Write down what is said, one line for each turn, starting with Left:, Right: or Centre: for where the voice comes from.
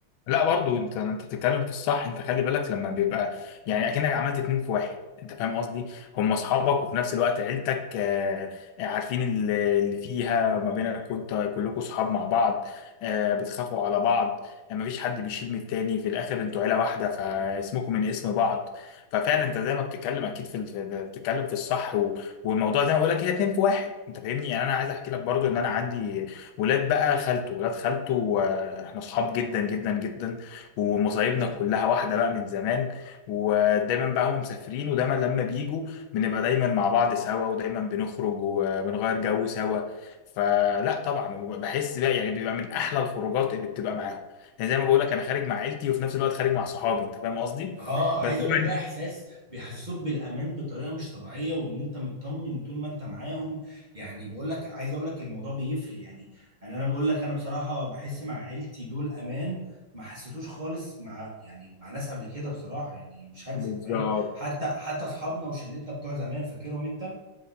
Left: لا برضو انت انت بتتكلم في الصح انت خلي بالك لما بيبقى يعني اكنك عملت اتنين في واحد انت فاهم قصدي هم اصحابك وفي نفس الوقت عيلتك آه، عارفين اللي اللي فيها ما بينك وانت كلكم اصحاب مع بعض آه، بتخافوا على بعض ما فيش حد بيشيل من التاني في الاخر انتوا عيله واحده فاسمكم من اسم بعض ففعلا انت زي ما بتتكلم اكيد في الف- بتتكلم في الصح و- والموضوع زي ما بقول لك هي اتنين في واحد انت فاهمني يعني انا عايز احكي لك برضو ان انا عندي ولاد بقى خالته ولاد خالته آه، احنا صحاب جدا جدا جدا ومصايبنا كلها واحده بقى من زمان ودايما بقى هم مسافرين ودايما لما بيجوا بنبقى دايما مع بعض سوا ودايما بنخرج وبنغير جو سوا فلا طبعا وبحس بقى يعني بيبقى من احلى الخروجات اللي بتبقى معاهم يعني زي ما بقول لك انا خارج مع عيلتي وفي نفس الوقت خارج مع صحابي انت فاهم قصدي
Right: اه عايز
Left: بس دايما
Right: اقول لك ده احساس بيحسسوك بالامان بطريقه مش طبيعيه وان انت مطمن طول ما انت معاهم يعني بقول لك عايز اقول لك الموضوع بيفرق يعني انا انا بقول لك انا بصراحه بحس مع عيلتي دول امان ما حسيتوش خالص مع يعني مع ناس قبل كده بصراحه يعني مش هكذب
Left: بالظبط
Right: فاهم حتى حتى اصحابنا وشلتنا بتوع زمان فاكرهم انت